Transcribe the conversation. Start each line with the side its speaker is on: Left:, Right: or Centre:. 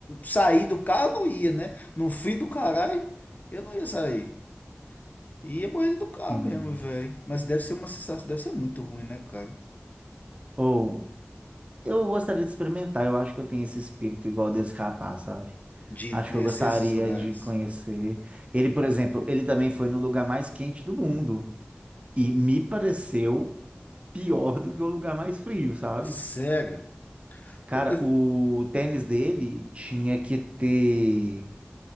Left: sair do carro eu não ia, né? No fim do caralho, eu não ia sair. E é borrida do carro
Right: Sim.
Left: mesmo, velho. Mas deve ser uma sensação, deve ser muito ruim, né, cara?
Right: Ou eu gostaria de experimentar. Eu acho que eu tenho esse espírito igual desse rapaz, sabe?
Left: De
Right: Acho
Left: conhecer
Right: que eu gostaria
Left: esses lugares.
Right: de conhecer. Ele, por exemplo, ele também foi no lugar mais quente do mundo e me pareceu pior do que o lugar mais frio, sabe?
Left: Sério?
Right: Cara,
Left: Pô, eu-
Right: o tênis dele tinha que ter